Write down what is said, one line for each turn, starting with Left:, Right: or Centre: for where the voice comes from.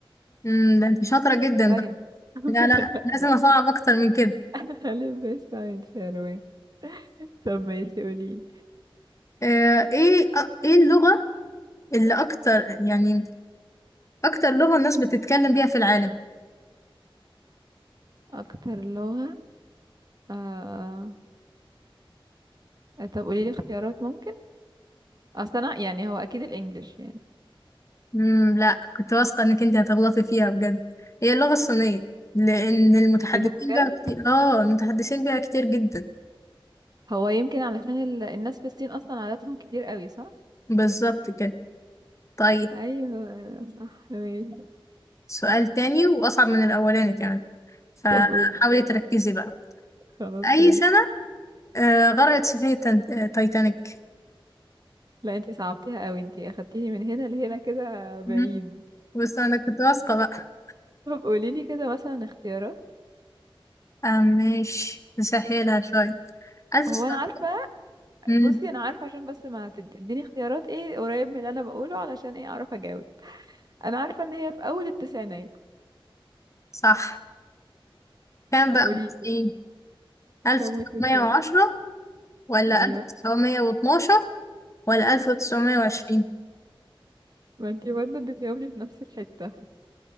Left: مم... ده انت شاطرة جدا
Right: ساينس
Left: بقى
Right: <laughs>
Left: لا لا
Right: لا
Left: لازم
Right: ده
Left: أصعب أكتر من كده
Right: الف ب ساينس يا روان طب ماشي قولي لي
Left: آه، ايه آه، ايه اللغة اللي اكتر يعني اكتر لغة الناس بتتكلم بيها في العالم
Right: اكتر لغه آه... طب قولي لي اختيارات ممكن اصل انا يعني هو اكيد الانجليش يعني
Left: امم لا كنت واثقة انك انت هتغلطي فيها بجد هي اللغة الصينية لان المتحدثين
Right: ايه ده بجد
Left: بيها كتير اه المتحدثين بيها كتير جدا
Right: هو يمكن علشان ال... الناس في الصين اصلا عاداتهم كتير قوي صح
Left: بالظبط كده طيب
Right: ايوه صح ماشي
Left: سؤال تاني واصعب من الاولاني كمان فحاولي
Right: طب قولي
Left: تركزي بقى
Right: خلاص
Left: اي
Right: ماشي
Left: سنة آه غرقت سفينة تن- آه، تايتانيك
Right: لا انتي صعبتيها قوي انتي اخدتيني من هنا لهنا كده بعيد
Left: مم. بس انا كنت واثقة بقى
Right: طب قوليلي كده مثلا اختيارات
Left: آه ماشي نسهلها شوية ألف
Right: هو
Left: سنة
Right: انا عارفه
Left: مم.
Right: بصي انا عارفه عشان بس ما تديني اختيارات ايه قريب من اللي انا بقوله علشان ايه اعرف اجاوب انا عارفه ان هي في اول التسعينات
Left: صح كام
Right: آه،
Left: بقى
Right: قولي
Left: 90 ألف
Right: كم
Left: تسعمية
Right: التسعينات
Left: وعشرة ولا
Right: ايوه
Left: ألف تسعمية واتناشر ولا 1920
Right: ما انتي برضه اديتيهم لي في نفس الحته